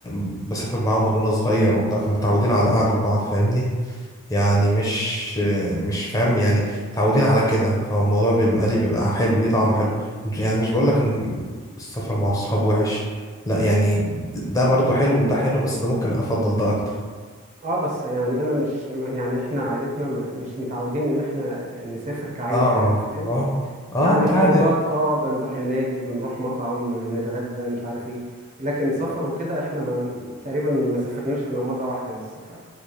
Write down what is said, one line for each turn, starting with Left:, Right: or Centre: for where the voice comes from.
Left: م- بسافر معاهم من وانا صغير وبتاع فمتعودين على قعدة بعض فاهمني يعني مش مش فاهم يعني متعودين على كده فالموضوع بيبقى ليه بيبقى حلو ليه طعمه حلو يعني مش بقول لك ان السفر مع الصحاب وحش لا يعني ده برضه حلو وده حلو بس ده ممكن افضل ده اكتر
Right: اه بس يعني انا مش ما- يعني احنا عائلتنا ما- مش متعودين ان احنا نسافر كعيله
Left: اه
Right: يعني فاهم
Left: اه اه
Right: يعني
Left: انت
Right: خروجات
Left: عادي
Right: اه بنروح النادي بنروح مطعم آه، نتغدى مش عارف ايه لكن سفر وكده احنا ما تقريبا ما سافرناش الا مره واحده بس ف